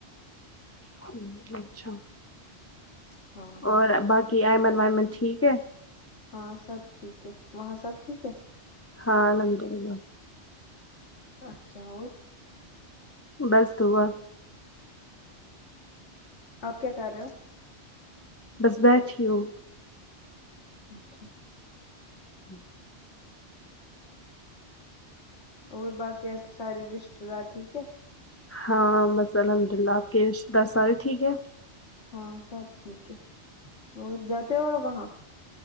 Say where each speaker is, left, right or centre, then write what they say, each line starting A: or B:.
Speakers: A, on the left; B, on the left.
A: ہ اچھا
B: ہاں
A: اور باقی ایمن وائمن ٹھیک ہے
B: ہاں سب ٹھیک ہے وہاں سب ٹھیک ہے
A: ہاں الحمد للہ
B: اچھا اور
A: بس دعا
B: آپ کیا کر رہے ہو
A: بس بیٹھی ہو
B: اچھا
A: ہوں
B: اور باقی آپ کے سارے رشتے دار ٹھیک ہے
A: ہاں بس الحمد للہ آپ کے رشتیدار سارے ٹھیک ہے
B: ہاں سب ٹھیک ہے اور جاتے ہو آپ وہاں